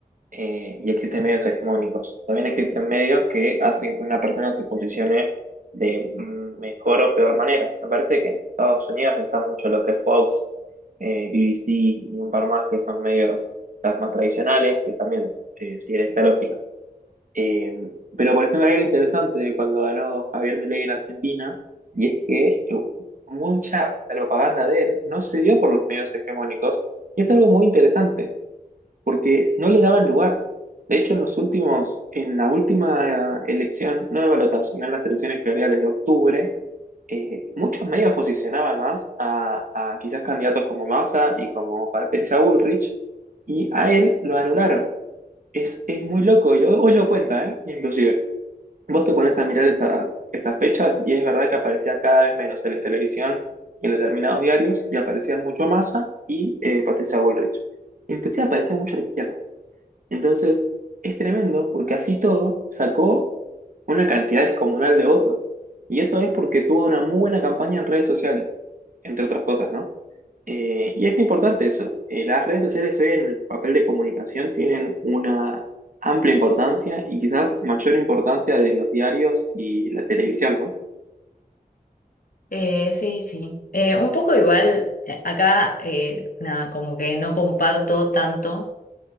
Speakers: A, on the right (about 55°); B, on the left (about 60°).
A: eh, y existen medios hegemónicos. También existen medios que hacen que una persona se posicione de mm, mejor o peor manera. Aparte que en Estados Unidos está mucho lo que es Fox, eh, BBC y un par más que son medios quizás más tradicionales, que también eh, siguen esta lógica. Eh, pero por ejemplo, hay algo interesante de cuando ganó Javier Milei en Argentina, y es que eh, mucha propaganda de él no se dio por los medios hegemónicos, y es algo muy interesante, porque no le daban lugar. De hecho, en los últimos, en la última eh, elección, no de balotaje, sino en las elecciones generales de octubre, eh, muchos medios posicionaban más a, a quizás candidatos como Massa y como Patricia Bullrich, y a él lo anularon. Es, es muy loco, y hoy hoy lo cuenta, ¿eh? Inclusive. Vos te pones a mirar esta- estas fechas y es verdad que aparecía cada vez menos él en la televisión y en determinados diarios y aparecían mucho Massa y eh, Patricia Bullrich. y empecé a aparecer mucho a la izquierda. Entonces es tremendo porque así todo sacó una cantidad descomunal de votos. Y eso es porque tuvo una muy buena campaña en redes sociales, entre otras cosas, ¿no? Eh, y es importante eso. Eh, las redes sociales hoy en el papel de comunicación tienen una amplia importancia y quizás mayor importancia de los diarios y la televisión, ¿no?
B: Eh, sí, sí. Eh, un poco igual, eh, acá, eh, nada, como que no comparto tanto